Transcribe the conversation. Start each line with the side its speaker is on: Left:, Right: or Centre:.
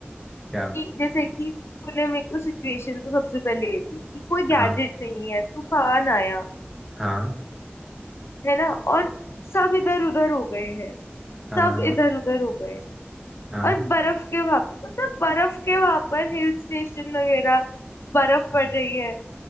Centre: क्या
Left: कि जैसे कि तूने मेरे को सिचुएशन तो सबसे पहले ये थी कि कोई गैजेट
Centre: हाँ
Left: नहीं है तूफान आया
Centre: हाँ
Left: है ना और सब इधर उधर हो गए हैं
Centre: हाँ
Left: सब इधर उधर हो गए
Centre: हाँ
Left: और बर्फ के वहां पर मतलब बर्फ के वहां पर हिल स्टेशन वगैरह बर्फ
Centre: हाँ
Left: पड़ रही है